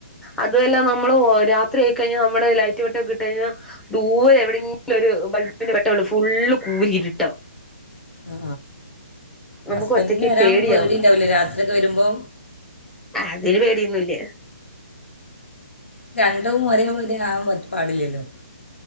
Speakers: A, in the centre; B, on the left.
A: അതു അല്ല നമ്മള് ഓ രാത്രി ആയിക്കഴിഞ്ഞാ നമ്മുടെ ലൈറ്റ് വെട്ടൊക്കെ ഇട്ട കഴിഞ്ഞാൽ ദൂരെ എവിടെങ്കിലും ഒരു ബൾബിന്റെ വെട്ടമൊള്ളു ഫുള്ള് കൂരി രുട്ടാ
B: ആ
A: നമുക്ക്
B: ഹസ്ബന്റിന്
A: ഒറ്റക്ക്
B: വരാൻ
A: പേടിയാവും
B: പേടിയുണ്ടാവില്ലേ രാത്രിയൊക്കെ വരുമ്പോ
A: ആ അതിന് പേടിയൊന്നും ഇല്ല
B: രണ്ടും ഒരേ പോലെ ആവാൻ പാടില്ലല്ലോ